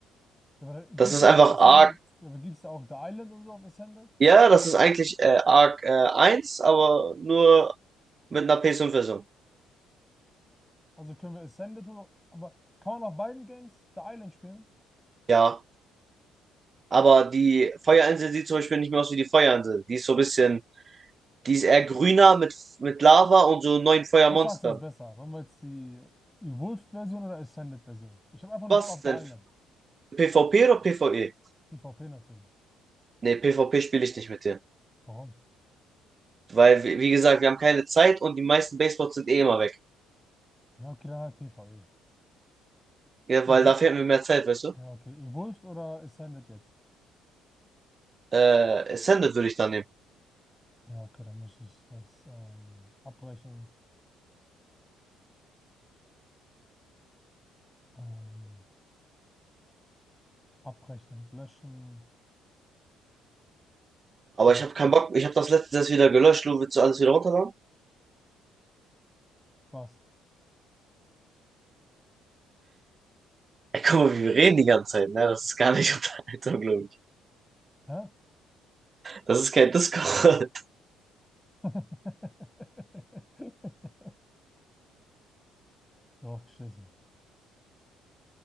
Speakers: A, in the centre; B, on the right (about 25°).
A: Ja, aber da gibt's
B: Das ist
A: dann
B: einfach
A: auf Ascended,
B: Arc,
A: ja, aber gibt's da auch The Island und so auf Ascended?
B: ja, das ist eigentlich äh, Arc äh, 1, aber nur mit einer ps fünf version
A: Also können wir Ascended oder, aber kann man auf beiden Games The Island spielen?
B: Ja, aber die Feuerinsel sieht zum Beispiel nicht mehr aus wie die Feuerinsel. Die ist so ein bisschen, die ist eher grüner mit, mit Lava und so neuen Feuermonstern.
A: Was sagst du ist besser? Wollen wir jetzt die Evolved-Version oder Ascended-Version? Ich habe einfach nur
B: Was
A: Bock auf The
B: denn?
A: Island.
B: PvP oder PvE?
A: PvP natürlich.
B: Nee, PvP spiele ich nicht mit dir.
A: Warum?
B: Weil, wie wie gesagt, wir haben keine Zeit und die meisten Baseboards sind eh immer weg.
A: Ja, okay, dann halt PvE.
B: Ja,
A: Evo
B: weil da fehlt mir mehr Zeit, weißt du?
A: ja, okay, Evolved oder Ascended jetzt?
B: Äh, Ascended würde ich dann nehmen.
A: Ja, okay, dann muss ich das ähm, abbrechen, ähm, abrechnen, löschen.
B: Aber
A: Und
B: ich
A: jetzt
B: habe keinen
A: geht-
B: Bock, ich habe das letzte das wieder gelöscht, du willst du alles wieder runterladen?
A: Was?
B: Ey, guck mal, wie wir reden die ganze Zeit, ne? Das ist gar nicht <laughs> Unterhaltung, glaube ich.
A: Hä?
B: Das ist kein Discord.
A: <laughs> Draufgeschissen.